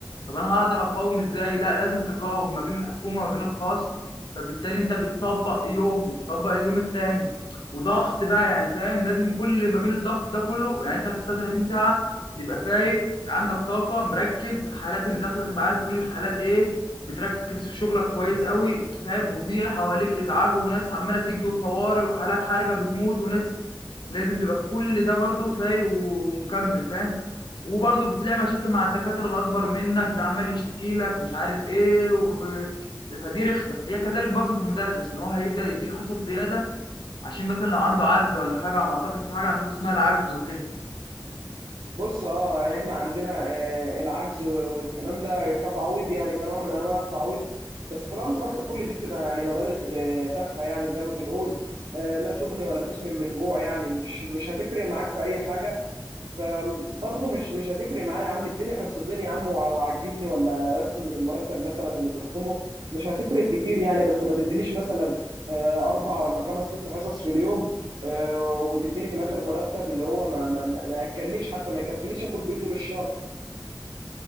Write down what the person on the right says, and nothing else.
بص اه يعني احنا عندنا آه، العجز و- والكلام ده كتعويض يعني كنوع من انواع التعويض بس في الاول وفي الاخر كل دي بتبقى يعني مبالغ آه، تافهه يعني زي ما بنقول آه، لا تغني ولا تسمن من جوع يعني مش مش هتفرق معاك في اي حاجه فبرضه مش مش هتفرق معايا يا عم اديني حصتين يا عم وع- وعجزني ولا اخصم من المرتب مثلا اللي تخصمه مش هتفرق كتير يعني بس ما تدينيش مثلا آه، اربع ولا خمس ست حصص في اليوم آه، وتديني في الاخر مرتب اللي هو ما ما ما ما ياكلنيش حتى ما يكفينيش اكل بيه طول الشهر